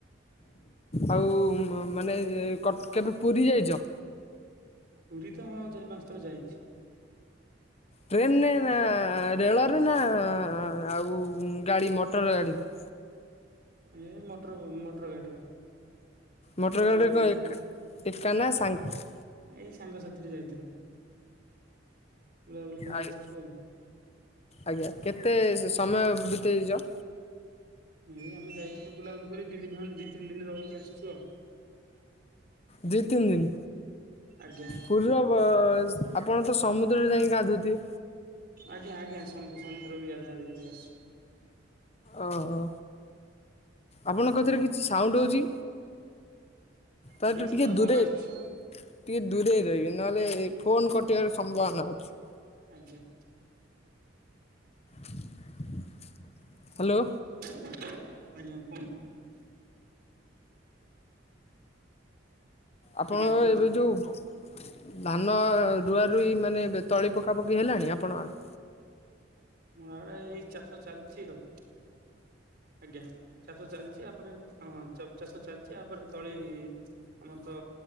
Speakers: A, on the left (about 35°); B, on the right (about 55°).
A: ଆଉ ମାନେ କଟ କେବେ ପୁରୀ ଯାଇଛ?
B: ପୁରୀ ତ ହଁ ଚାରି ପାଞ୍ଚ ଥର ଯାଇଛି।
A: ଟ୍ରେନରେ ନା ରେଳରେ ନା ଆଉ ଗାଡି ମଟର ଗାଡିରେ
B: ଏ ମଟର ମଟର ଗାଡିରେ
A: ମୋଟର
B: ଏ
A: ଗାଡ଼ିରେ
B: ବୁଲାବୁଲି
A: କଣ
B: କରି-
A: ଏକ୍ ଏକା ନା ସାଙ୍ଗ୍
B: ଏଇ ସାଙ୍ଗସାଥିରେ ଯାଇଥିଲୁ ବୁଲାବୁଲି କରି
A: ଆଜ୍ଞା
B: ଆସିଛୁ ଆଉ।
A: ଆଜ୍ଞା କେତେ ସମୟ ବିତେଇଛ?
B: ଏଇ ଆମେ ଯାଇଥିଲୁ ବୁଲାବୁଲି କରି ଦି ଦିନ ଖଣ୍ଡ ଦି ତିନି ଦିନ ରହିକି ଆସିଛୁ ଆଉ
A: ଦି ତିନି ଦିନ
B: ଆଜ୍ଞା।
A: ପୁରୀର ଅ ଆପଣ ତ ସମୁଦ୍ରରେ ଯାଇକି ଗାଧାଉଥିବେ।
B: ଆଜ୍ଞା ଆଜ୍ଞା ସମୁଦ୍ର ସମୁଦ୍ରରେ ବି ଗାଧା ଗାଧି କରି ଆସୁଚୁ।
A: ଓହୋ ଆପଣଙ୍କଥିରେ କିଛି ସାଉଣ୍ଡ ହେଉଛି? ତାଠୁ
B: ଆଜ୍ଞା ସେପଟେ
A: ଟିକେ
B: କଣ
A: ଦୁରେ
B: ବାସୁଛି
A: ଟିକେ ଦୂରେଇ ରହିବେ ନହେଲେ ଫୋନ କଟିବାର ସମ୍ଭାବନା ଅଛି।
B: ଆଜ୍ଞା।
A: ।। ହାଲୋ।
B: ଆଜ୍ଞା କୁହନ୍ତୁ।
A: ଆପଣଙ୍କର
B: ଆଜ୍ଞା କୁହନ୍ତୁ।
A: ଏବେ ଯୋଉ ଧାନ ରୁଆ ରୁଇ ମାନେ ଏବେ ତଳି ପକାପକି ହେଲାଣି ଆପଣ ଆଡେ?
B: ମୋର ଆଡେ ଏଇ ଚାଷ ଚାଲିଛି ଆଉ। ଆଜ୍ଞା ଚାଷ ଚାଲିଛି ଆପରେ ହଁ ଚାଷ ଚାଲିଛି ଆପରେ ତଳି ଆମରତ